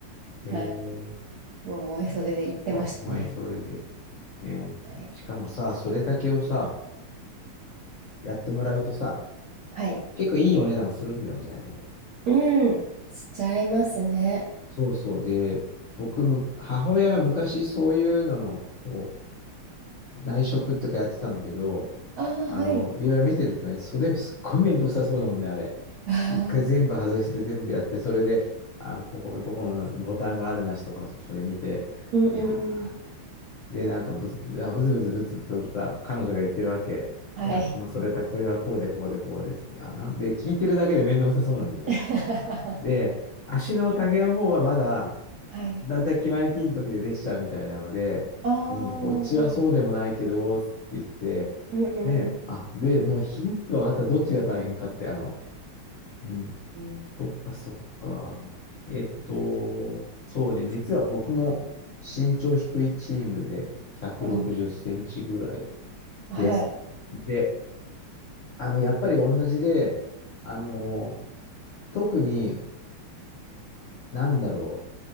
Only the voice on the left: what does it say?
えー、
こう燃えそうでで。ね。
しかもさ、それだけをさ、やってもらうとさ、
結構いいお値段するんだよね、あれね。
そうそう。で、僕む、母親が昔そういうのの、こう、内職っていうかやってたんだけど、
あの、
いろいろ見てるとね、袖すっごい面倒くさそうだもんね、あれ。
一回全部外して全部やって、それで、あの、ここのところのボタンがあるなしとか、それ見て、
いやー、で、なんかブズ、あブツブツブツとさ、彼女が言ってるわけ。
いや、この袖た、これはこうでこうでこうですって。あ、なんで、聞いてるだけで面倒くさそうなんだよね。
で、足の丈の方はまだ、
だいたい決まりきりの時でできちゃうみたいなので、
うん、
こっちはそうでもないけど、つって言って、
ね、あ、で、もう日に分かったらどっちが大変かって、あの、うん、
そっかそっか。えっと、そうね、実は僕も身長低いチームで160センチぐらい
です。で、あの、やっぱり同じで、あの、特に、なんだろ